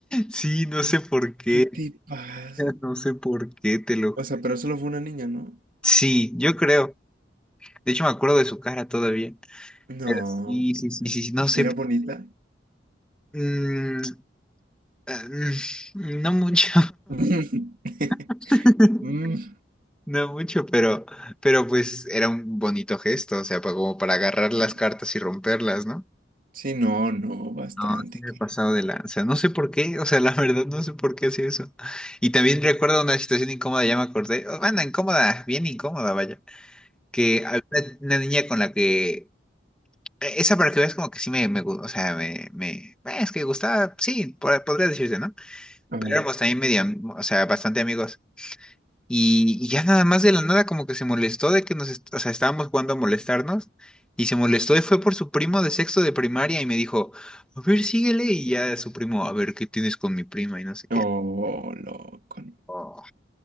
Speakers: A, in the centre; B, on the right.
A: Sí, no sé por qué.
B: ¿Qué te pasa?
A: No sé por qué te lo...
B: O sea, pero solo fue una niña, ¿no?
A: Sí, yo creo. De hecho, me acuerdo de su cara todavía.
B: No,
A: Pero sí,
B: mira.
A: sí, sí, sí, sí, no sé.
B: Mira bonita.
A: Mm, ah, mm, no mucho.
B: <laughs>
A: <laughs>
B: Mm,
A: No mucho, pero, pero pues era un bonito gesto, o sea, pa- como para agarrar las
B: bueno.
A: cartas y romperlas, ¿no?
B: Sí, no, no, bastante.
A: No, sí me
B: que-
A: he pasado de lanza. No sé por qué, o sea, la verdad no sé por qué hacía eso. Y también recuerdo una situación incómoda, ya me acordé. Oh, bueno, incómoda, bien incómoda, vaya. Que había una una niña con la que e, Esa para que veas como que sí me, me gu- o sea, me, me, eh, es que gustaba, sí, po- podría decirse, ¿no?
B: ah,
A: Pero éramos también medio, am- o sea, bastante amigos. Y, y ya nada más de la nada como que se molestó de que nos, est- o sea, estábamos jugando a molestarnos y se molestó y fue por su primo de sexto de primaria y me dijo, a ver, síguele y ya su primo, a ver, ¿qué tienes con mi prima? Y no sé
B: Oh,
A: qué.
B: loco. no.
A: Oh,